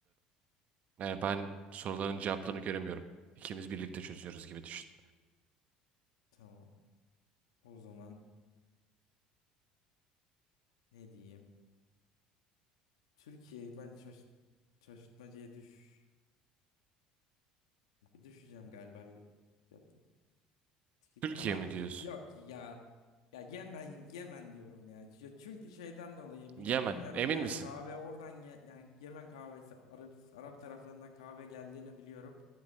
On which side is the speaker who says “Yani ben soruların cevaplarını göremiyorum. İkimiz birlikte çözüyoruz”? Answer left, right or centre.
Right